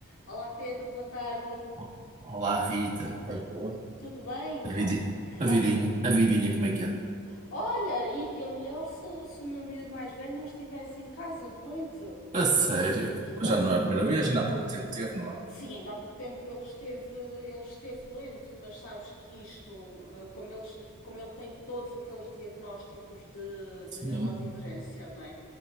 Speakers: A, on the left; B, on the right.
A: Olá Pedro, boa tarde.
B: Ó, Olá, Rita. Faz boa.
A: Tudo bem?
B: A vidi-
A: Ah,
B: a
A: ah,
B: vidinha, a vidinha, como é que anda?
A: Olha, iria melhor se, se o meu miúdo mais velho não estivesse em casa doente.
B: A sério? Mas
A: Ah,
B: já
A: se-
B: não é a primeira vez, ainda há pouco tempo teve, não é?
A: sim, ainda há pouco tempo ele esteve, ele esteve doente, mas sabes que isto, ah, como ele, como ele tem todos aqueles diagnósticos de,
B: Sim,
A: de neurodivergência, não é?